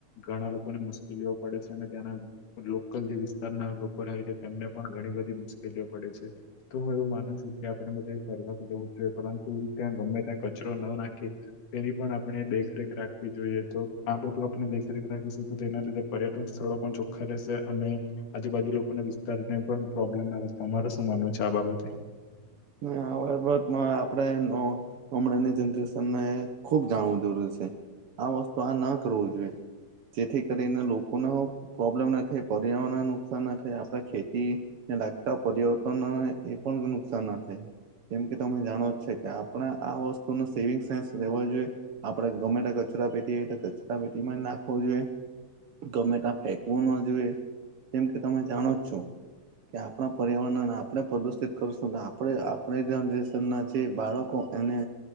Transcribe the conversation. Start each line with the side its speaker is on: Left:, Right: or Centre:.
Left: ઘણા લોકોને મુશ્કેલીઓ પડે છે અને ત્યાંના લોકલ જે વિસ્તારના લોકો રહે છે, તેમને પણ ઘણી બધી મુશ્કેલીઓ પડે છે. તો હું એવું માનું છું કે આપણે બધાએ ફરવા તો જવું જ જોઈએ. પરંતુ ત્યાં ગમે ત્યાં કચરો ન નાખીએ. તેની પણ આપણે દેખરેખ રાખવી જોઈએ, તો આ બધું આપણે દેખરેખ રાખીશું, તો તેના લીધે પર્યટન સ્થળો પણ ચોખા રહેશે અને આજુબાજુ લોકોને વિસ્તાર પણ પ્રોબ્લેમ આવે તમા શું માનુંવ છે આ બાબતે
Right: આમાં આપણે હમણાંની જનરેશનને ખુબ જાણવું જરૂરી છે આ વસ્તુ આ ના કરવું જોઈએ જેથી કરીને લોકોને પ્રોબ્લેમ નથી પર્યાવરણ નુકસાન ના થાય આપડા ખેતી ને લાગતા પરિવર્તન એ પણ નુકસાન ના થાય કેમ કે તમે જાણો જ છે કે આપણે આ વસ્તુ ન સેવિંગ સેન્સ લેવા જોઈએ આપણે ગવર્મેન્ટ કચરો પટીતા પેટી માં નાખવો જોઈએ ગમે ત્યાં ફેંકવું ના જોઈએ જેમ કે તમે જાણો જ છો કે આપણા પર્યાવરણને આપણે પ્રદુષિત કરશું આપ આપણે જનરેશન ના જે બાળકો એને